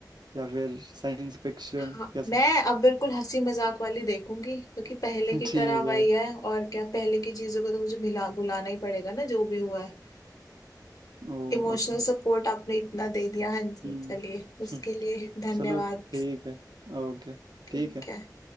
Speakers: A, on the right; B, on the left.
A: या फिर साइंस फिक्शन
B: हाँ
A: कैसा
B: मैं अब बिल्कुल हंसी मजाक वाली देखूंगी क्योंकि पहले
A: <laughs>
B: की
A: ठीक
B: तरह
A: है
B: वही है और क्या पहले की चीजों को तो मुझे भुला भुलाना ही पड़ेगा ना जो भी हुआ है
A: ओ
B: इमोशनल
A: ओके
B: सपोर्ट आपने इतना दे दिया हाँ जी
A: हम्म
B: चलिए उसके
A: हम्म,
B: लिए धन्यवाद
A: चलो ठीक है ओके
B: ठीक
A: ठीक है
B: है